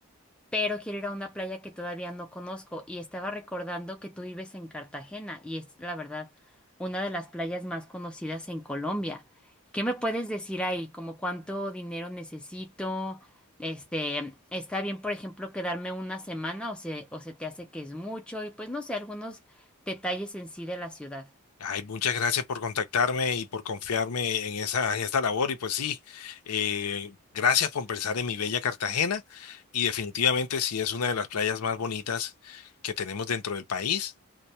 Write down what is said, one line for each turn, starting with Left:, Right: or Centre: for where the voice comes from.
Centre: pero quiero ir a una playa que todavía no conozco y estaba recordando que tú vives en Cartagena y es la verdad una de las playas más conocidas en Colombia. ¿Qué me puedes decir ahí? Como cuánto dinero necesito? Este, ¿está bien, por ejemplo, quedarme una semana o se, o se te hace que es mucho? Y pues no sé, algunos detalles en sí de la ciudad.
Left: Ay, muchas gracias por contactarme y por confiarme en esa, en esta labor. Y pues sí, eh, gracias por pensar en mi bella Cartagena. Y definitivamente sí es una de las playas más bonitas que tenemos dentro del país.